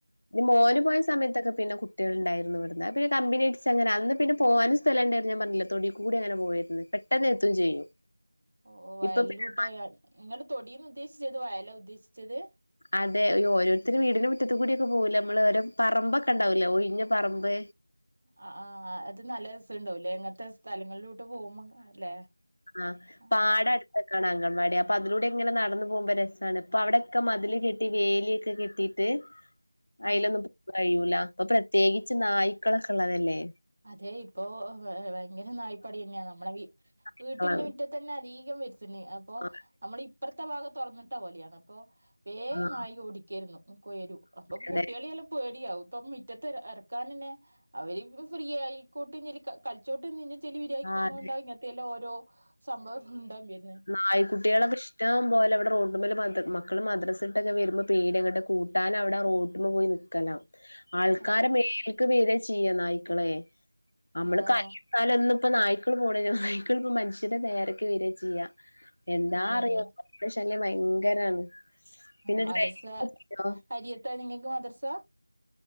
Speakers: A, on the left; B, on the right.
A: മോന് പോയ സമയത്തൊക്കെ പിന്നെ കുട്ടികൾ ഉണ്ടായിരുന്നു ഇവിടന്ന് പിന്നെ കമ്പിന പ അങ്ങന അന്ന് പിന്നെ പോവാനും സ്ഥം ഉണ്ടായിരുന്നു ഞാൻ പറഞ്ഞില്ല തൊടടി കൂടി അങ്ങനെ പോവായിരുന്നു പെട്ടെന്ന് എത്തും ചെയ്യും
B: ഓ വയലൂട്ട
A: ഇപ്പൊ പിന്നെ
B: നിങ്ങ തൊടിയന്ന് ഉദ്ദേശ ശിച്ചത് വയലാ ഉദ്ദേശിച്ചത്
A: അതെ ഈ ഓരോരുത്തും വീടിനന്റെ മുറ്റത്തത്ത് കൂടിയ ഒക്കെ പോകില്ല നമ്മള് ഓരോ പറമ്പൊക്കെണ്ടാവൂല്ലേ
B: ആ
A: ഒഴിഞ്ഞ പറമ്പ്
B: ആ ആ അത് നല്ല രസംണ്ടാവല്ലേ എങ്ങനത്തെ സ്ഥലങ്ങളിലോട്ട് പോകുമ്പോ അല്ലെ
A: ആഹ
B: ആ
A: പാട അടുത്തൊക്കാണ് അങ്കൻവാടി അപ്പൊ അതിലൂടെ ഇങ്ങനെ നടന്നു പോകുമ്പോ രസമാണ് ഇപ്പൊ അവിടെൊക്കെ മതില് കെട്ടി വേലി കെട്ടിട്ട് അയിലൊന്നും
B: ആ
A: കഴിയൂല അപ്പൊ പ്രത്യേകിച്ച് നായ്ക്കളൊക്കെ ഉള്ളതല്ലേ
B: അതെ ഇപ്പോൊ ഭയങ്കര നായ്പ്പടി തന്നെയാ നമ്മളെ വീട്ടിന്റെ
A: മക്കളാണ്
B: മുറ്റ തന്നെ അധികം വരുത്തുന്ന അപ്പൊ
A: ആ
B: നമ്മൾ ഇപ്പറത്തെ ഭാഗ തുറന്നിട്ട പോലെയാണ് അപ്പൊ വേഗ
A: ആ
B: നായിക ഓടിക്കായിരുന്നുയരു അപ്പൊ
A: അതെ
B: കുട്ടികളിയെല്ലാം പേടിയാവും ഇപ്പൊ മുറ്റത്തെ ഇറക്കാൻന്നെ അവര് ഫ്രീ ആയിക്കോട്ട് ഇഞ്ഞ കളിച്ചോട്ട് നിന്നെ ചെലി വിരിയക്കുമ്പോണ്ടാ
A: ആ അതെ
B: ഇങ്ങത്തെല്ലാം ഓരോ സംഭവം ഉണ്ടാവും വരുന്ന
A: നായി കുട്ടികളൊക്ക ഇഷ് റ്റം പോലെവിടെ റോട്ട്മ്മല മക്കൾ മദ്രസ ഇട്ടൊക്കെ വരുമ്പോ പേടിയാ അങ്ങട്ട കൂട്ടാ അവിടെ റോട്ടുമമ്മ പോയി നിക്കും ഗനം ആൾക്കാര
B: ഓ
A: മേൽക്ക് വേരെ ചെയ്യ നായ്ക്കളെ നമ്മള്
B: ആ
A: കല്ല്
B: ഓ
A: ഇടത്താലോ ഇപ്പൊ നായ്ക്കള് പോണ നായ്ക്കളിപ്പ മനുഷ്യന്റെ നേരൊക്ക വെരാ ചെയ്യ എന്താ
B: അതെ
A: അറിയോ
B: അതെ
A: പ്പം ശല്ല്യം ഭയങ്കരാണ് പിന്നെ
B: മദ്രസ്സ
A: ഡ്രൈവിംഗ് ഒക്കെ ചെയ്യോ
B: അരിയത്താ നിങ്ങക്ക് മദ്രസ